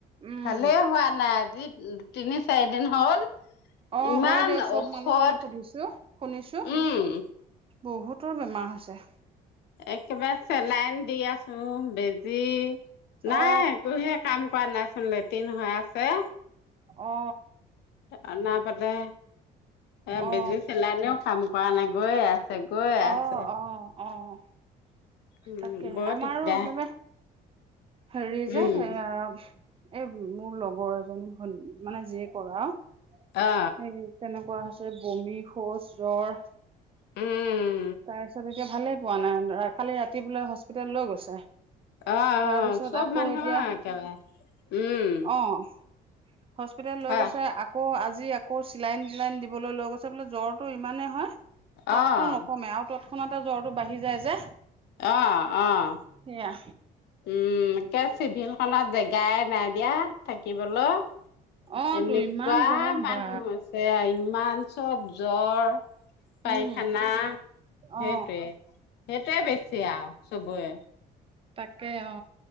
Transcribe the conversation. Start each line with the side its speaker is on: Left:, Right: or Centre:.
Right: উম
Left: ভালে হোৱা নাই। যি তিনি চাৰি দিন হ'ল
Right: অ',
Left: ইমান
Right: হয় দিয়ক চব
Left: ঔষধ
Right: মানুহৰে শুনিছো
Left: উম
Right: বহুতৰ কি বেমাৰ হৈছে?
Left: একেবাৰে চেলাইন দি আছো বেজী। নাই
Right: অ
Left: কুহিয়ে কাম কৰা নাইচোন লেটিন হৈ আছে
Right: অ
Left: অনবতে এ' বেজি
Right: অ
Left: চেলাইনেও কাম কৰা নাই গৈয়ে আছে গৈয়ে
Right: অ
Left: আছে।
Right: অ অ'।
Left: উম
Right: তাকে
Left: বৰ
Right: আমাৰো
Left: দিগদাৰ
Right: একেবাৰে হেৰি
Left: উম
Right: যে এয়া এ মোৰ লগৰ এজনী ভ মানে যিয়ে কৰা সেই
Left: অ
Right: তেনেক কোৱাৰ পিছত বমি, শৌচ, জ্বৰ।
Left: উম,।
Right: তাৰপিছত এতিয়া ভালেই পোৱা নাই কালি ৰাতি বোলে হস্পিতাল লৈ গৈছে।
Left: অ অ
Right: তাৰপিছত
Left: চব
Right: আকৌ
Left: মানুহৰ
Right: এতিয়া
Left: একেবাৰে উম
Right: অ' হস্পিতেল লৈ
Left: হয়
Right: গৈছে আকৌ আজি আকৌ চিলাইন টিলাইন দিবলৈ লৈ গৈছে বোলে জ্বৰটো ইমানেই হয় তাপতো
Left: আহ
Right: নকমে আৰু তৎক্ষণতে জ্বৰটো বাঢ়ি যায় যে
Left: আহ আহ
Right: সেয়া
Left: উম কে চিভিল খনত জেগাই নাই দিয়া। থাকিবলৈ
Right: অ
Left: এনেকুৱা
Right: তো ইমান গৰম
Left: মানুহ
Right: বা
Left: হৈছে ইমান চব জ্বৰ পাইখানা
Right: উম
Left: সেইটোৱে
Right: অ
Left: সেইটোৱে বেছি আৰু। চবৰে
Right: তাকে অ